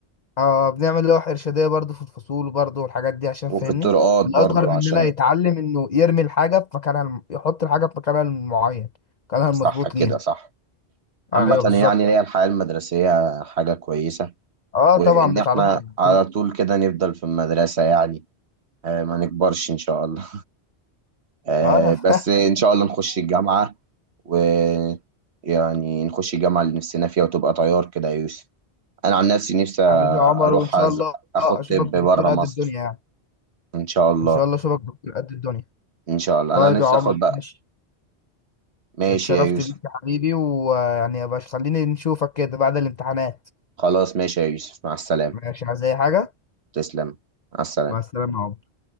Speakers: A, on the left; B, on the right.
A: اه بنعمل لوح ارشاديه برضو في الفصول برضو والحاجات دي عشان
B: وفي
A: فاهمني
B: الطرقات برضو
A: الاصغر مننا
B: عشان
A: يتعلم انه يرمي الحاجه في مكانها الم... يحط الحاجه في مكانها المعين مكانها المظبوط
B: صح كده
A: ليها
B: صح عامة
A: ايوه بالظبط
B: يعني هي الحياة المدرسية حاجة كويسة
A: اه
B: وإن
A: طبعا بتعرفك
B: إحنا على
A: بال...
B: طول كده نفضل في المدرسة يعني آه، ما نكبرش إن شاء الله آه،
A: اه انا <laughs> فاهم
B: بس إن شاء الله نخش الجامعة ويعني نخش الجامعة اللي نفسنا فيها وتبقى طيار كده يا يوسف انا عن نفسي نفسي
A: حبيبي عمر
B: اروح
A: وان شاء
B: أز...
A: الله
B: اخد
A: اشوفك
B: طب بره
A: دكتور
B: مصر
A: قد الدنيا يعني
B: ان شاء الله
A: ان شاء الله اشوفك دكتور قد الدنيا
B: ان شاء الله
A: طيب
B: انا نفسي
A: يا عمر
B: اخد بقى
A: ماشي
B: ماشي
A: اتشرفت
B: يا يوسف
A: بيك يا حبيبي ويعني يا باش خليني نشوفك كده بعد الامتحانات
B: خلاص ماشي يا يوسف مع السلامة
A: ماشي عايز اي حاجه
B: تسلم مع السلامة
A: مع السلامه يا عمر